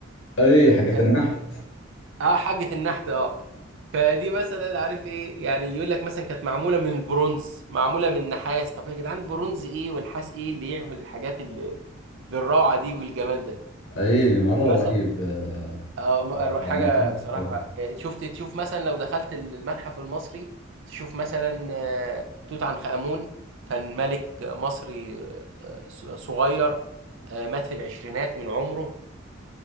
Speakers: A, on the left; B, on the right.
A: اي حقت
B: اه
A: النحت
B: آه، حاجه النحت اه فدي مثلا عارف ايه يعني يقول لك مثلا كانت معموله من البرونز معموله من نحاس طب يا جدعان برونز ايه ونحاس ايه اللي يعمل الحاجات اللي بالروعه دي والجمال ده
A: اي مرة
B: ده مثلا
A: رهيب آه،
B: اه م-
A: صراحة
B: حاجة
A: انا احب
B: بصراحة
A: آه،
B: آه، شفت تشوف مثلا لو دخلت المتحف المصري تشوف مثلا آه، توت عنخ آمون كان ملك مصري آه، ص- صغير آه، مات في العشرينات من عمره